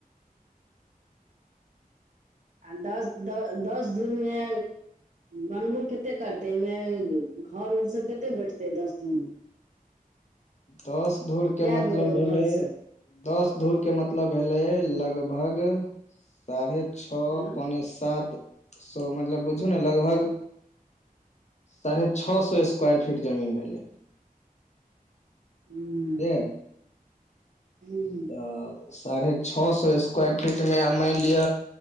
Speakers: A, on the right (about 55°); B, on the left (about 50°).
A: आ दस द दस दूरमे बनबो कतेक करतै एहिमे घर उर सब कतेक बैठतै दस घूरमे
B: दस धूरके
A: कए
B: मतलब
A: गो
B: भेलै
A: घर सब
B: दस धूर के मतलब भेलै लगभग साढ़े छह
A: हँ
B: पौने सात सऽ मतलब बुझू ने लगभग साढ़े छह सौ स्क्वायर फीट जमीन भेलै
A: हू
B: बुझलियै
A: <unintelligible>
B: अ साढ़े छह सए स्क्वायर फीटमे आब माइन लिय